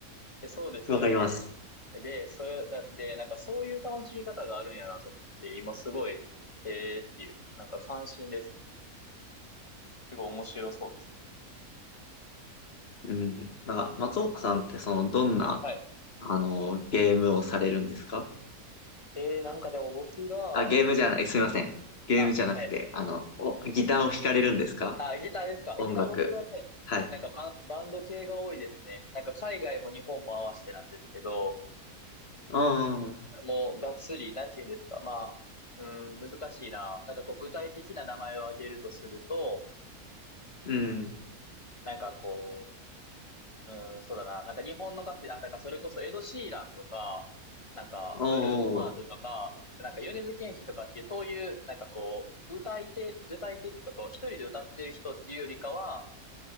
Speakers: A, on the left (about 25°); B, on the left (about 45°).
A: え、そうですよね。
B: わかります。
A: で、それ、なんで、なんかそういう楽しみ方があるんやなと思って、今すごい、へえっていう、なんか関心ですね。すごい面白そうですね。
B: うん。なんか、松岡さんって、その、どんな、
A: はい。
B: あの、ゲームをされるんですか
A: えー、なんかでも僕が、
B: あ、ゲームじゃない、
A: ま
B: すみません。ゲームじゃなくて、
A: あ、はい。
B: あの、お、ギターを弾かれるんですか
A: あ、ギターですか。
B: 音楽。
A: ギター僕はね、
B: はい。
A: なんかバン、バンド系が多いですね。なんか海外も日本も合わせてなんですけど、
B: ああ、
A: もうがっつり、なんて言うんですか。まあ、うん、難しいな。なんかこう具体的な名前を挙げるとすると、
B: うん。
A: うん、なんかこう、うん、そうだな。なんか日本の歌手、あ、だからそれこそエド・シーランとか、なんかブルーノ・
B: おー、
A: マーズとか、なんか米津玄師とかっていう、そういう、なんかこう、歌い手、歌い手っていうかこう、一人で歌ってる人っていうよりかは、